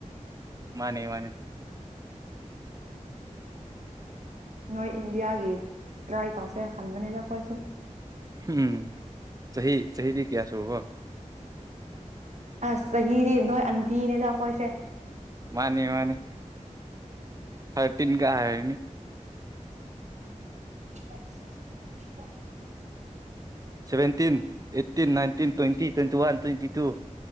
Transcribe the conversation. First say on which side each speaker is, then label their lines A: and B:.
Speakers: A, on the right; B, on the right.
A: ꯃꯥꯅꯦ ꯃꯥꯅꯦ
B: ꯅꯣꯏ ꯏꯟꯗꯤꯌꯥꯒꯤ ꯇ꯭ꯔꯥꯏ ꯇꯧꯁꯦ ꯈꯟꯕꯅꯦꯅ ꯑꯩꯈꯣꯏꯁꯨ
A: ꯎꯝ ꯆꯍꯤ ꯆꯍꯤꯗꯤ ꯀꯌꯥ ꯁꯨꯔꯕꯣ
B: ꯑꯁ ꯆꯍꯤꯗꯤ ꯅꯣꯏ ꯑꯟꯇꯅꯦꯗ ꯀꯣꯏꯁꯦ
A: ꯃꯥꯅꯤ ꯃꯥꯅꯤ ꯊꯔꯇꯤꯟ ꯀ ꯍꯥꯏ
B: <inaudible>
A: seventeen eighteen nineteen twenty twenty one twenty two